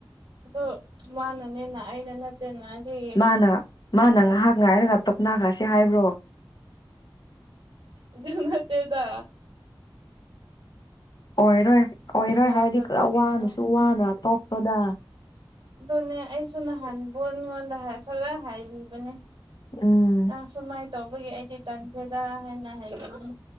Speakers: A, on the right (about 60°); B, on the left (about 50°).
A: ꯑꯗꯣ ꯃꯥꯅꯅꯦꯅ ꯑꯩꯅ ꯅꯠꯇꯦꯅ ꯑꯩꯗꯤ
B: ꯃꯥꯅ ꯃꯥꯅ ꯉꯥꯏꯍꯥꯛ ꯉꯥꯏꯔꯒ ꯇꯣꯞꯅꯈ꯭ꯔꯁꯤ ꯍꯥꯏꯕ꯭ꯔꯣ
A: ꯑꯗꯨꯃꯠꯇꯦꯗ
B: ꯑꯣꯏꯔꯣꯏ ꯑꯣꯏꯔꯣꯏ
A: ꯌꯥꯗꯕꯒꯤꯅꯤꯅꯦ
B: ꯍꯥꯏꯔꯗꯤ ꯈꯔ ꯋꯥꯅꯁꯨ ꯋꯥꯅ ꯇꯣꯛꯄꯗ
A: ꯑꯗꯨꯅꯦ ꯑꯩꯁꯨ ꯅꯍꯥꯟꯕꯣꯟ ꯑꯩꯉꯣꯟꯗ ꯈꯔ ꯍꯥꯏꯕꯤꯕꯅꯦ
B: ꯎꯝ
A: ꯑ ꯁꯨꯃꯥꯏꯅ ꯇꯧꯕꯒꯤ ꯑꯩꯗꯤ ꯇꯟꯈ꯭ꯔꯦꯗ ꯍꯥꯏꯅ ꯍꯥꯏ ꯑꯗꯨꯝ